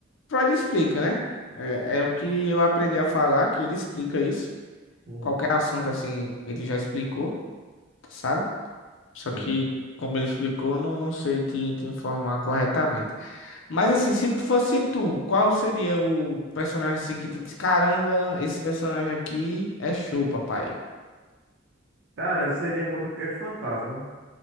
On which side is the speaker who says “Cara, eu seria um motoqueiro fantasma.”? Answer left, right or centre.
Right